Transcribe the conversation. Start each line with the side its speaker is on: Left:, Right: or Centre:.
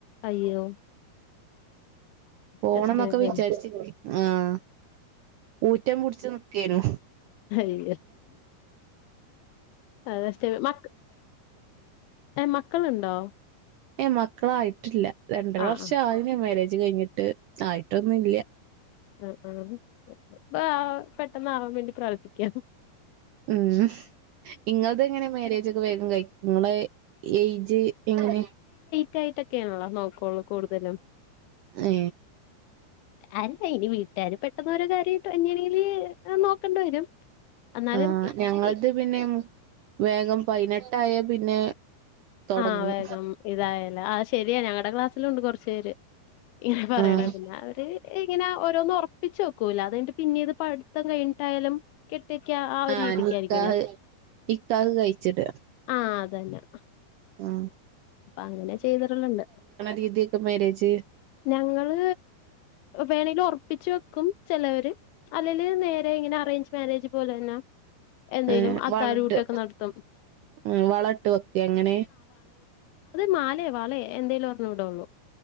Left: അയ്യോ
Right: പോണം
Left: ഫസ്റ്റ്
Right: എന്നൊക്കെ
Left: ടൈം.
Right: വിചാരിച്ചി ആഹ ഊറ്റം പിടിച്ച ക്കുന
Left: അയ്യോ അതേ മ ഏ മക്കളുണ്ടോ
Right: ഏ മക്കളായിട്ടില്ല രണ്ടര
Left: ആ
Right: വർഷം
Left: ആ
Right: ആയി മേരേജ് കഴിഞ്ഞിട്ട് ആയിട്ടൊന്നും ഇല്ല
Left: അ ആ പെട്ടെന്ന് ആവാൻ വേണ്ടി പ്രാർത്തിക്കാം
Right: ഉം ഇങ്ങത് എങ്ങനെ മാരേജ ഒക്കെ വേഗം കഴിക്കും നിങ്ങെ ഏജ് എങ്ങനെ
Left: കായിട്ടൊക്കെയാണള്ളോ നോക്കുള്ളൂ കൂടുതലും
Right: ഏ
Left: അല്ല ഇനി വീട്ടുകാര് പെട്ടെന്നോരോ കാര്യമായിട്ടും എങ്ങാണെങ്കില് നോക്കണ്ട വരും എന്നാലും
Right: ആഹ
Left: ഇ-
Right: ഞങ്ങളത്
Left: ഇ-
Right: പിന്നെ വേഗം പതിനെട്ടായ പിന്നെ തൊടങ്ങും
Left: ആഹ വേഗം ഇതായ അ ശരിയ ഞങ്ങളടെ ക്ലാസ്സിലുണ്ട് കുറച്ച പേര് ഇങ്ങനെ പറയണ
Right: ആഹ്
Left: പിന്നെ അവര് ഇങ്ങനെ ഓരോന്നും ഉറപ്പിച്ച് വെക്കൂല്ല അത കഴിഞ്ഞിട്ട് പിന്നീടു ഇത് പഠിത്തം കഴിഞ്ഞിട്ടായാലും കെട്ടിക്ക ആഹ് ഒരു
Right: ആഹ
Left: രീതിക്കായിരിക്കുവല്ലോ
Right: നിക്കാഹ് നിക്കാഹ് കഴിച്ചിട്ട
Left: ആഹ് അതന്നെ
Right: ആഹ
Left: അപ്പൊ അങ്ങനെ ചെയ്തിള്ളുണ്ട്
Right: രീതിയൊക്കെ മാരേജ്
Left: ഞങ്ങള് വേണെലും ഉറപ്പിച്ച് വെക്കും ചിലവര് അല്ലെലു നേരെ ഇങ്ങനെ അറേഞ്ച് മാരേജ് പോലെ തന്നെ എന്തേലും
Right: ഏർ
Left: അത്താഴൂട്ടൊക്കെ
Right: വളട്ട്
Left: നടത്തും
Right: ഉ വളട്ട് ഒക്കെ എങ്ങനെ
Left: മാലയേ വളയെ എന്തേലും ഒരെണ്ണം ഇടോള്ളൂ.